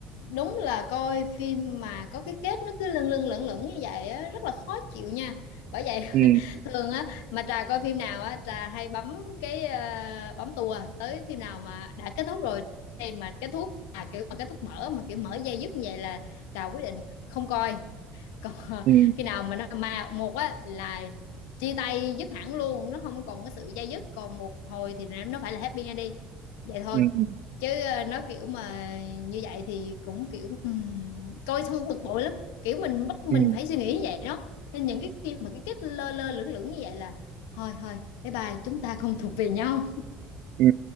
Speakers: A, on the left; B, on the right.
A: đúng là coi phim mà có cái kết nó cứ lâng lâng lẩn lẩn như vậy á, rất là khó chịu nha bởi vậy <laughs>
B: ừ
A: thường á mà trà coi phim nào á trà hay bấm cái ờ, bấm tua tới phim nào mà đã kết thúc rồi em mà kết thúc mà kiểu mà kết thúc mở mà kiểu mở dây dứt như vậy là trà quyết định không coi còn <laughs>
B: Ừ.
A: khi nào mà nó mà một á là chia tay dứt hẳn luôn nó không còn cái sự dây dứt còn một hồi thì nó phải là happy ra đi vậy thôi
B: ừ ừ
A: chứ ờ, nó kiểu mà như vậy thì cũng kiểu ừm, coi xong bực bội lắm kiểu mình bắt mình
B: ừ
A: phải suy nghĩ như vậy đó nên những cái khi mà cái kết lơ lơ lửng lửng như vậy là thôi thôi bye bye chúng ta không thuộc về nhau
B: Ừ.